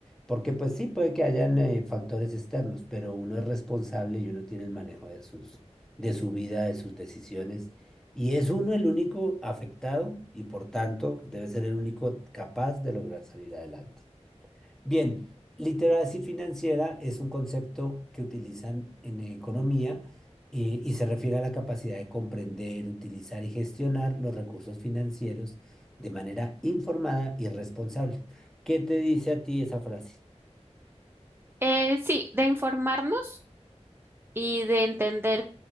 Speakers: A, in the centre; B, on the right.
A: Porque pues sí, puede que hayan eh, factores externos, pero uno es responsable y uno tiene el manejo de sus, de su vida, de sus decisiones. Y es uno el único afectado y por tanto debe ser el único capaz de lograr salir adelante. Bien, literacia financiera es un concepto que utilizan en economía eh, y se refiere a la capacidad de comprender, utilizar y gestionar los recursos financieros de manera informada y responsable. ¿Qué te dice a ti esa frase?
B: Eh, sí, de informarnos. y de entender